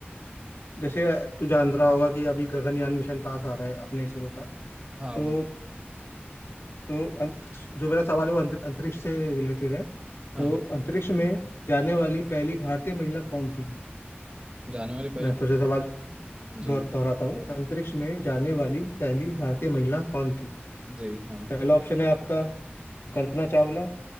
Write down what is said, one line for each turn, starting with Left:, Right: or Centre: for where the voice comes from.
Left: जैसे तू जान रहा होगा कि अभी गगनयान मिशन पास आ रहा है अपने इसरो का
Right: हाँ
Left: तो
Right: वो
Left: तो अं- जो मेरा सवाल है वो अंत- अंतरिक्ष से रिलेटेड है
Right: हाँ
Left: तो
Right: हाँ
Left: अंतरिक्ष में जाने वाली पहली भारतीय महिला कौन थी
Right: जाने वाली पहली
Left: मैं फिर
Right: बात
Left: से सवाल
Right: जी
Left: दोहर- दोहराता हूँ अंतरिक्ष में जाने वाली पहली भारतीय महिला कौन थी
Right: जी हाँ
Left: पहला ऑप्शन है आपका कल्पना चावला